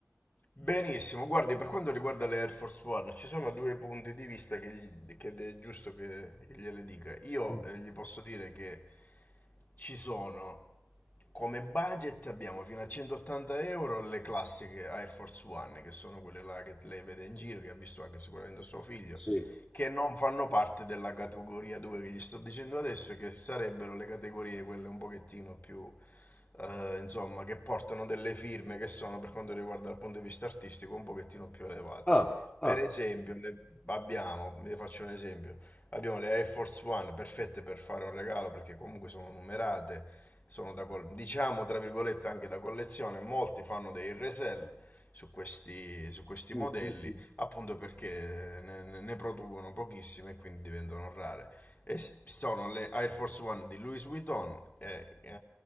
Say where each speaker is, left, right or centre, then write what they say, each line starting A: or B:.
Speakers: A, on the left; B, on the left.
A: Benissimo, guardi, per quanto riguarda le Air Force One, ci sono due punti di vista che, gli- che è giusto che, che gliele dica. Io
B: Mm.
A: eh, gli posso dire che ci sono, come budget abbiamo fino a 180 euro le classiche Air Force One, che sono quelle là che lei vede in giro, che ha visto anche sicuramente suo figlio,
B: Sì.
A: che non fanno parte della categoria 2 che gli sto dicendo adesso, che sarebbero le categorie quelle un pochettino più, eh, insomma, che portano delle firme che sono, per quanto riguarda dal punto di vista artistico, un pochettino più elevate.
B: Ah. Ah,
A: Per esempio, le- abbiamo, vi faccio un esempio, abbiamo le Air Force One perfette per fare un regalo perché comunque sono numerate, sono da, col- diciamo, tra virgolette, anche da collezione, molti fanno dei resell su questi, su questi
B: Mm,
A: modelli
B: mm, mm.
A: appunto perché ne, ne producono pochissime e quindi diventano rare. E s- sono le Air Force One di Louis Vuitton, e, eh,